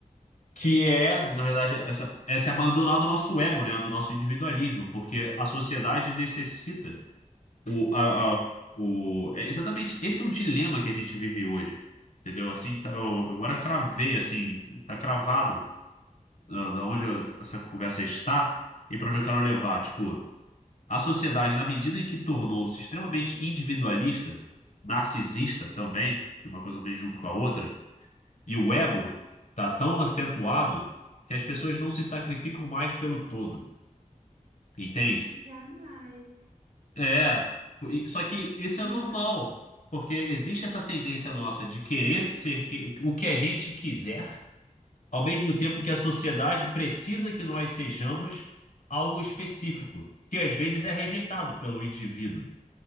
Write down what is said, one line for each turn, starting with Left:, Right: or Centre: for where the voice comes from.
Left: que é, na
Right: As-
Left: verdade, essa, é se abandonar do nosso ego, né? Do nosso individualismo, porque a sociedade necessita o, a, a- o, é exatamente, esse é o dilema que a gente vive hoje, entendeu? Assim, tá, eu agora cravei, assim, tá cravado da, da onde eu- essa conversa está e para onde eu quero levar, tipo, a sociedade, na medida em que tornou-se extremamente individualista, narcisista também, que uma coisa vem junto com a outra, e o ego tá tão acentuado que as pessoas não se sacrificam mais pelo todo, entende?
Right: Jamais.
Left: É, e- só que isso
Right: Não.
Left: é normal, porque existe essa tendência nossa de querer ser que- o que a gente quiser, ao mesmo tempo que a sociedade precisa que nós sejamos algo específico, que às vezes é rejeitado pelo indivíduo,